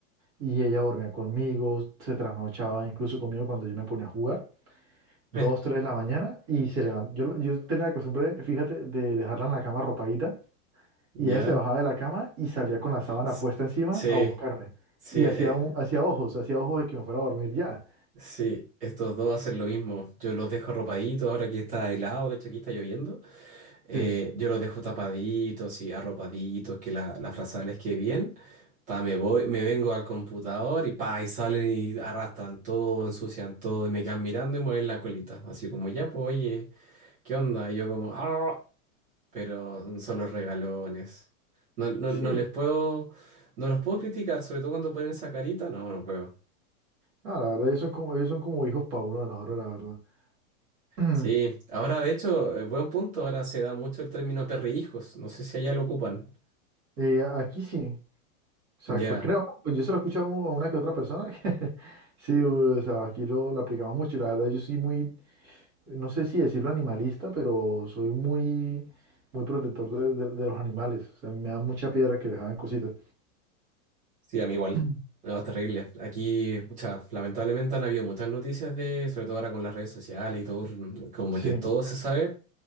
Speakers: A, on the right; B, on the right.
A: y ella dormía conmigo, se trasnochaba incluso conmigo cuando yo me ponía a jugar, dos,
B: <laughs>
A: tres de la mañana y se levantaba. Yo, yo tenía la costumbre, fíjate, de dejarla en la cama arropadita
B: ya.
A: Y ella se bajaba de la cama y salía con la sábana
B: S-
A: puesta encima
B: Sí,
A: a buscarme.
B: sí,
A: Y
B: eh,
A: hacía, un- hacía ojos, hacía ojos de que me fuera a dormir ya.
B: sí, estos dos hacen lo mismo. Yo los dejo arropaditos ahora que está helado, de hecho aquí está lloviendo. Eh,
A: Sí,
B: yo los dejo tapaditos y arropaditos, que la, la frazada les quede bien. Pa, me voy, me vengo al computador y pa, y salen y arrastran todo, ensucian todo y me quedan mirando y mueven la colita. Así como, ya, pues, oye, ¿qué onda? Y yo como, ¡ah! pero son los regalones. No, no,
A: sí.
B: no les puedo, no los puedo criticar, sobre todo cuando ponen esa carita, no, no puedo.
A: No, la verdad, ellos son como, ellos son como hijos para uno de la hora, la verdad. <clears throat>
B: Sí, ahora de hecho, eh, buen punto, ahora se da mucho el término perrijos, no sé si allá lo ocupan.
A: Eh, aquí sí. O sea,
B: Ya,
A: pues creo, ¿no? Pues yo se lo he escuchado a u- a una que otra persona. que <laughs> sí, o sea, aquí lo, lo aplicamos mucho. Y la verdad, yo soy muy, no sé si decirlo animalista, pero soy muy, muy protector de, de- de los animales. O sea, me da mucha piedra que les hagan cositas.
B: sí, a mí igual.
A: <clears throat>
B: No, es terrible. Aquí, pucha, lamentablemente han habido muchas noticias de, sobre todo ahora con las redes sociales y todo, como
A: Sí.
B: que todo se sabe,